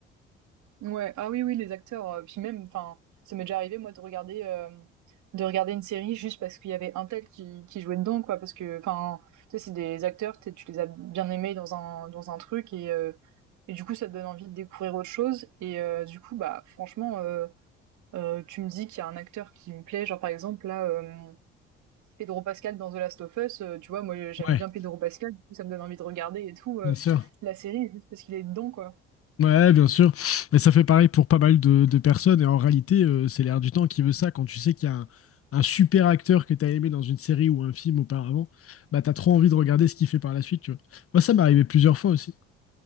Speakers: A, on the right; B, on the left.
A: Ouais, ah oui, oui, les acteurs. euh, puis même, enfin, ça m'est déjà arrivé, moi, de regarder, euh, de regarder une série juste parce qu'il y avait un tel qui, qui jouait dedans, quoi. Parce que, enfin, tu sais, c'est des acteurs, t'es- tu les as bien aimés dans un, dans un truc et, euh, et du coup, ça te donne envie de découvrir autre chose. Et euh, du coup, bah, franchement, euh, euh, tu me dis qu'il y a un acteur qui me plaît, genre par exemple, là, euh, Pedro Pascal dans The Last of Us, euh, tu vois, moi, j'aime
B: Ouais,
A: bien Pedro Pascal, du coup, ça me donne envie de regarder et tout, euh,
B: bien sûr.
A: la série juste parce qu'il est dedans, quoi.
B: Ouais, bien sûr. Mais ça fait pareil pour pas mal de, de personnes. Et en réalité, euh, c'est l'air du temps qui veut ça. Quand tu sais qu'il y a un, un super acteur que t'as aimé dans une série ou un film auparavant, bah, t'as trop envie de regarder ce qu'il fait par la suite. Tu vois. Moi, ça m'est arrivé plusieurs fois aussi.